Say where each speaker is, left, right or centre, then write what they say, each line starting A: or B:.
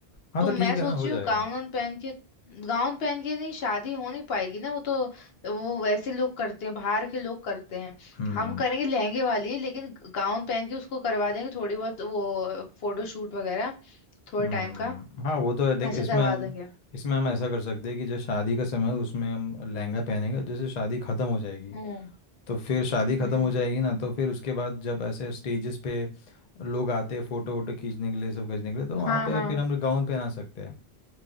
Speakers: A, on the left (about 50°); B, on the left (about 70°).
A: हाँ
B: तो
A: तो
B: मैं
A: ठीक
B: सोच
A: है ना हो
B: रही
A: जाएगा
B: हूँ गाउन वाउन पहन के गाउन पहन के नहीं शादी हो नहीं पाएगी ना वो तो वो वैसे लोग करते हैं बाहर के लोग करते हैं
A: हम्म
B: हम करेंगे लहंगे वाली लेकिन गाउन पहन के उसको करवा देंगे थोड़ी बहुत वो फोटो शूट वगैरह थोड़े
A: हम्म
B: टाइम का
A: हाँ वो तो है देख
B: ऐसे
A: इसमें
B: करवा देंगे
A: इसमें हम ऐसा कर सकते हैं कि जो शादी का समय है उसमें हम लहंगा पहनेंगे जैसे शादी ख़त्म हो जाएगी
B: हम्म
A: तो फिर शादी ख़त्म
B: हम्म
A: हो जाएगी ना तो फिर उसके बाद जब ऐसे स्टेजेस पे लोग आते हैं फ़ोटो वोटो खींचने के लिए सब खींचने के लिए तो वहाँ
B: हाँ
A: पे
B: हाँ
A: फिर हम गाउन पहना सकते हैं